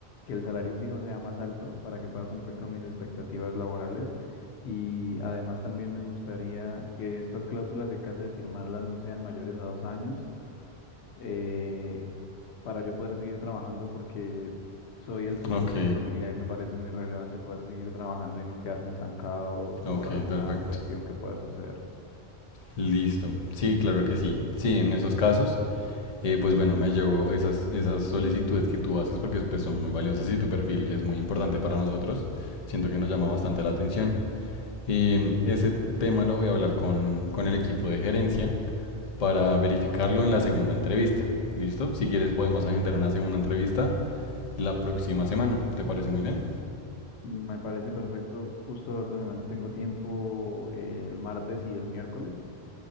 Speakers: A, on the left; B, on the left.
A: que el salario fijo sea más alto para que pueda cumplir con mis expectativas laborales. Y además también me gustaría que estas cláusulas, en caso de firmarlas, no sean mayores a dos años eh, para yo poder seguir trabajando porque soy el sostén
B: Ok,
A: de mi familia y me parece muy relevante poder seguir trabajando y no quedarme estancado
B: Ok,
A: por alguna
B: perfecto.
A: cuestión que pueda suceder.
B: Listo. Sí, claro que sí. Sí, en esos casos, eh, pues bueno, me llevo esas, esas solicitudes que tú haces porque pues son muy valiosas y tu perfil es muy importante para nosotros. Siento que nos llama bastante la atención. Em, ese tema lo voy a hablar con, con el equipo de gerencia para verificarlo en la segunda entrevista. ¿Listo? Si quieres podemos agendar una segunda entrevista la próxima semana. ¿Te parece muy bien?
A: Me parece perfecto. Justo la otra semana tengo tiempo, eh, el martes y el miércoles.